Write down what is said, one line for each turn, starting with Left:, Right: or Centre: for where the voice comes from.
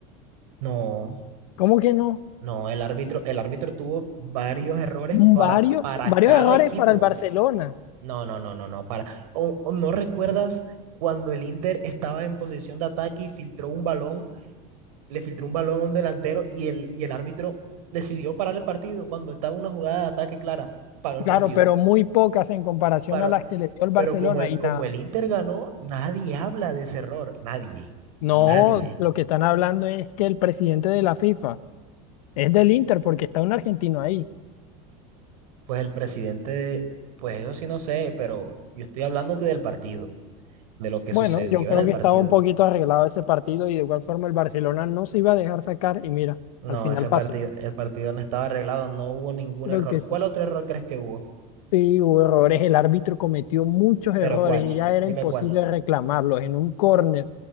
Right: No.
Left: ¿Cómo que no?
Right: No, el árbitro, el árbitro tuvo varios errores
Left: Varios,
Right: para, para
Left: varios
Right: cada
Left: errores
Right: equipo.
Left: para el Barcelona.
Right: No, no, no, no, no. Para, o, o ¿no recuerdas cuando el Inter estaba en posición de ataque y filtró un balón, le filtró un balón a un delantero y el, y el árbitro decidió parar el partido cuando estaba una jugada de ataque clara? Paró el
Left: Claro,
Right: partido.
Left: pero muy pocas en comparación
Right: Paró,
Left: a las que le dio el Barcelona
Right: pero como el,
Left: y
Right: como
Left: nada.
Right: el Inter ganó, nadie habla de ese error. Nadie.
Left: No,
Right: Nadie.
Left: lo que están hablando es que el presidente de la FIFA Es del Inter porque está un argentino ahí.
Right: Pues el presidente, pues eso sí no sé, pero yo estoy hablándote del partido. de lo que
Left: Bueno,
Right: sucedió
Left: yo creo
Right: en el
Left: que
Right: partido.
Left: estaba un poquito arreglado ese partido y de igual forma el Barcelona no se iba a dejar sacar y mira,
Right: No,
Left: al final
Right: ese
Left: pasó.
Right: partido, el partido no estaba arreglado, no hubo ningún
Left: Creo
Right: error.
Left: que sí.
Right: ¿Cuál otro error crees que hubo?
Left: Sí, hubo errores, el árbitro cometió muchos errores
Right: ¿Pero cuál?
Left: y ya era
Right: Dime
Left: imposible
Right: cuál.
Left: reclamarlos en un córner,